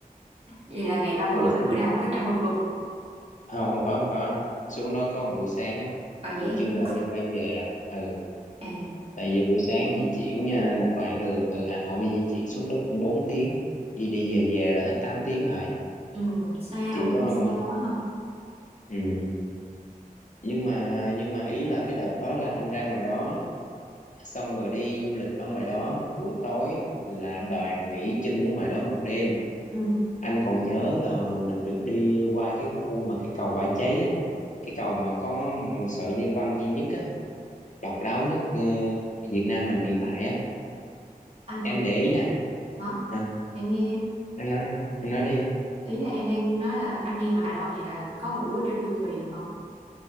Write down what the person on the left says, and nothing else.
mà
xuống-
không không có không có xuống đó có một buổi sáng à
buổi
trưa
là phải quay về rồi ừ
tại vì buổi sáng di chuyển à, một đoạn đường từ Hà Nội mà di chuyển xuống đó cũng bốn tiếng đi đi về về là hết 8 tiếng rồi
chỉ
có
ừ. nhưng mà nhưng mà ý là cái đợt đó là anh ra ngoài đó xong rồi đi du lịch ở ngoài đó buổi tối là đoàn nghỉ chân ở ngoài đó một đêm
anh còn nhớ là mình được đi qua cái khu mà cái cầu Bãi Cháy á cái cầu mà có một sợi dây văng duy nhất á độc đáo nhất ừ, Việt Nam mình hiện tại á
em để ý nè
Hả?
em nói đi em nói đi